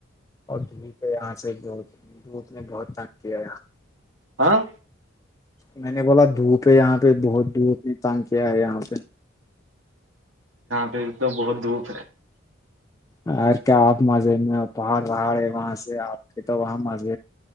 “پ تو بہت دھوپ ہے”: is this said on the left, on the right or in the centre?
Right